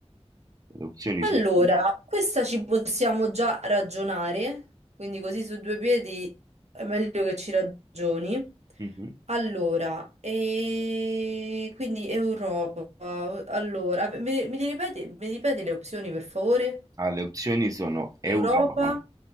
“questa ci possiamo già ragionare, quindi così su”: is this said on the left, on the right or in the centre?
Right